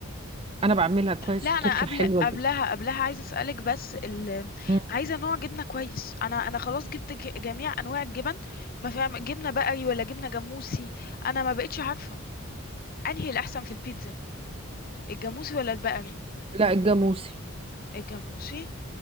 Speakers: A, on the right; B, on the left.
A: انا بعملها كويس
B: لا انا
A: وبتطلع
B: قبل
A: حلوه
B: قبلها
A: جدا
B: قبلها عايزه اسالك بس ال...
A: مم.
B: عايزه نوع جبنه كويس انا انا خلاص جبت ج- جميع انواع الجبن ما فيها جبنه بقري ولا جبنه جاموسي انا ما بقتش عارفه انهي الاحسن في البيتزا الجاموسي ولا البقري
A: لا الجاموسي
B: الجاموسي